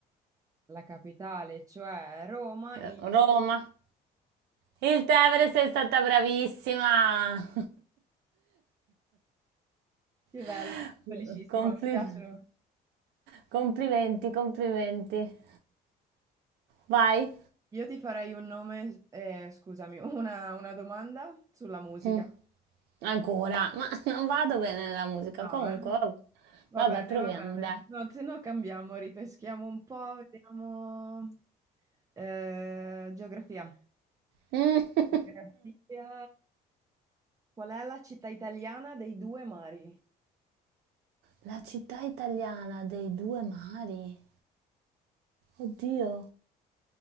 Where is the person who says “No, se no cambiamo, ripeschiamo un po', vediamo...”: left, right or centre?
Right